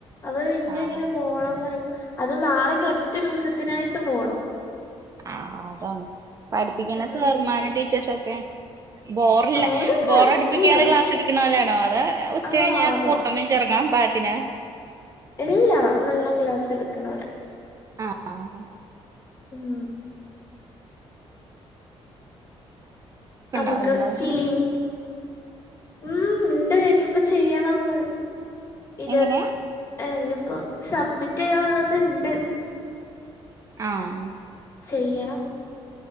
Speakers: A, on the left; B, on the right.
A: അപം പിന്നെ
B: ആഹ്
A: ഇങ്ങനെ പോണംന്ന് പറയുംപോ. അതും നാളെ ഇഞ്ഞ്ഒറ്റ ദിവസത്തിനായിട്ട് പോകണം.
B: ആ അതാണ് പഠിപ്പിക്കുന്ന സർമാനും
A: ഉം
B: ടീച്ചേഴ്സൊക്കെ. ബോറില്ല
A: ഓരൊക്കെ
B: ബോറടുപ്പിക്കാതെ
A: അല്ല
B: ക്ലാസ് എടുക്കണലാണോ. അത് ഉച്ച
A: ആ
B: കഴിഞ്ഞ
A: അതെ
B: കുർക്കം
A: അതെ
B: വലിച്ചിഉറങ്ങാം പായത്തിന്.
A: ഇല്ല നല്ല ക്ലാസ്സ് എടുക്ക്ണോര.
B: ആഹ് ആഹ്
A: ഉം
B: ഒക്കെ
A: നമുക്ക്
B: ഉണ്ടാവലുണ്ടോ
A: ഫിലിം ഉം ഉണ്ട് ഇനിയിപ്പ ചെയ്യണംന്ന് ഇരു
B: എങ്ങനെ
A: ഇങ്ങിപ്പോ സബ്മിറ്റ് ചെയ്യാനുള്ളത് ഇണ്ട്.
B: ആഹ്
A: ചെയ്യണം.